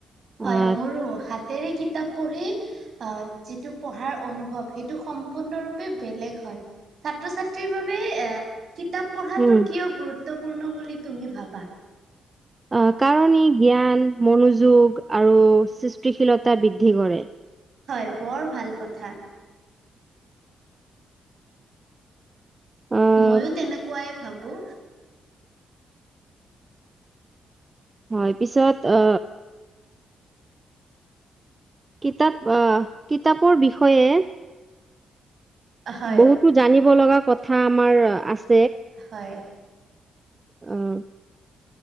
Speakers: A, on the right; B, on the right.
A: হয়
B: আহ
A: মোৰো হাতেৰে কিতাপ পঢ়ি আহ যিটো পঢ়াৰ অনুভৱ সেইটো সম্পূৰ্ণৰূপে বেলেগ হয় ছাত্ৰ ছাত্ৰীৰ বাবে এ কিতাপ পঢ়াটো
B: উম
A: কিয় গুৰুত গুৰুত্বপূৰ্ণ বুলি তুমি ভাবা
B: অ কাৰণ ই জ্ঞান মনোযোগ আৰু সৃষ্টিশীলতা বৃদ্ধি কৰে
A: হয় বৰ ভাল কথা
B: আহ
A: মইয়ো তেনেকুৱাই ভাবো
B: হয় পিছত অ কিতাপ অ কিতাপৰ বিষয়ে
A: হয়
B: বহুতো জানিব লগা কথা আমাৰ আছে
A: হয়
B: উম